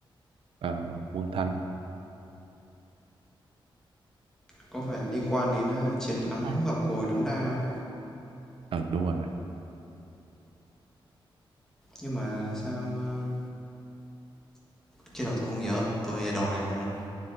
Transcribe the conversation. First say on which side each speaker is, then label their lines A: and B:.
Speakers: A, on the right (about 80°); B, in the centre.
A: Ờ, Quân Thanh
B: Có phải liên quan đến a, chiến
A: Lúc
B: thắng
A: này
B: Ngọc Hồi Đống Đa không?
A: ừ, đúng rồi
B: Nhưng mà sao a, Chết rồi tôi không nhớ rồi, tôi ờ, đầu hàng luôn.